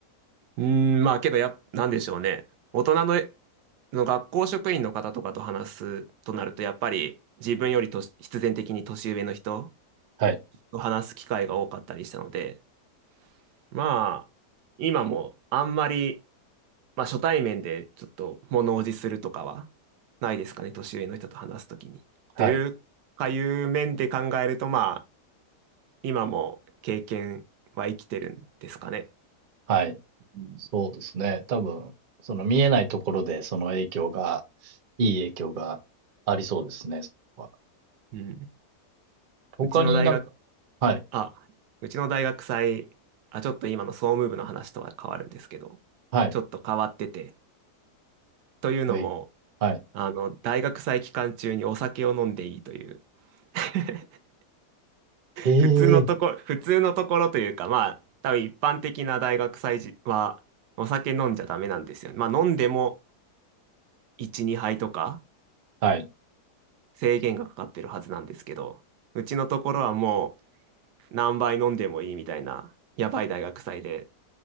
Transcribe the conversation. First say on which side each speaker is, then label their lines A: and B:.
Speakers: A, on the right; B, on the right.
A: うーん、まあけどや、なんでしょうね。大人の、の学校職員の方とかと話すとなると、やっぱり自分よりとし必然的に年上の人
B: はい、
A: と話す機会が多かったりしたので、まあ、今もあんまり、まあ初対面でちょっと物おじするとかはないですかね、年上の人と話すときに。
B: はい、
A: というかいう面で考えると、まあ、今も経験は生きてるんですかね。
B: はい。
A: うん
B: そうですね。多分、その見えないところでその影響が、いい影響がありそうですね、それは。
A: うん。
B: 他になんかはい、
A: うちの大学あ、うちの大学祭、あ、ちょっと今の総務部の話とは変わるんですけど、
B: はい、
A: ちょっと変わってて、というのも、
B: はい、はい。
A: あの、大学祭期間中にお酒を飲んでいいという、<laughs>
B: へえ。
A: 普通のとこ、普通のところというか、まあ、多分一般的な大学祭時は、お酒飲んじゃダメなんですよね。まあ、飲んでも1、2杯とか
B: はい。
A: 制限がかかってるはずなんですけど、うちのところはもう何杯飲んでもいいみたいな、やばい大学祭で。